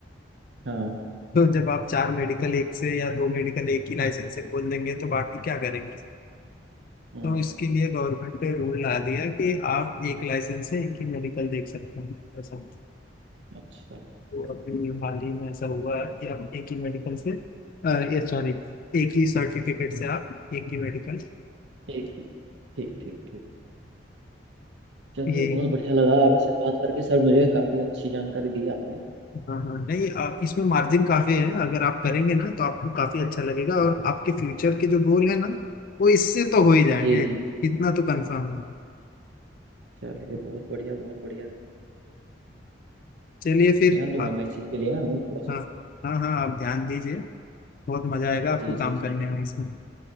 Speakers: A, on the right; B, on the left.
A: हाँ
B: तो जब आप चार मेडिकल एक से या दो मेडिकल एक ही लाइसेंस से खोल देंगे तो बाकी क्या करेंगे
A: हम्म
B: तो इसके लिए गवर्नमेंट ने रूल ला दिया कि आप एक लाइसेंस से एक ही मेडिकल देख सकते हैं ऐसा
A: अच्छा
B: तो अभी हाल ही में ऐसा हुआ है कि आप एक ही मेडिकल से अ, ये सॉरी एक ही सर्टिफिकेट से आप एक ही मेडिकल
A: ठीक ठीक ठीक ठीक ठीक। चलिए
B: ये
A: बहुत बढ़िया लगा आपसे बात करके सर मुझे काफ़ी अच्छी जानकारी दी आपने
B: हाँ हाँ नहीं आ, इसमें मार्जिन काफी है अगर आप करेंगे ना तो आपको काफी अच्छा लगेगा और आपके फ्यूचर के जो गोल है ना वो इससे तो हो ही जाएंगे
A: जी जी
B: इतना तो कंफर्म है
A: चलिए बहुत बढ़िया बहुत बढ़िया
B: चलिए फिर
A: ध्यान दूंगा
B: आप
A: मैं इस चीज़ के लिए ना अभी थोड़ा सा
B: हाँ हाँ हाँ आप ध्यान दीजिए बहुत मजा आएगा आपको
A: जी
B: काम
A: जी जी
B: करने में इसमें